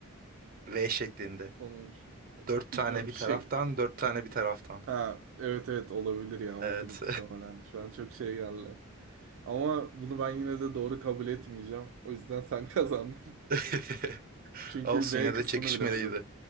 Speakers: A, on the right; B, on the right.
A: V şeklinde.
B: Konu
A: Dört
B: bilmiyorum
A: tane bir
B: şey.
A: taraftan, dört tane bir taraftan.
B: Ha, evet evet olabilir ya o
A: Evet.
B: muhtemelen. Şu an çok şey geldi. Ama bunu ben yine de doğru kabul etmeyeceğim. O yüzden sen kazandın. <laughs>
A: <laughs>
B: Çünkü
A: Olsun
B: V
A: yine
B: kısmını
A: de çekişmeliydi.
B: bilemedim.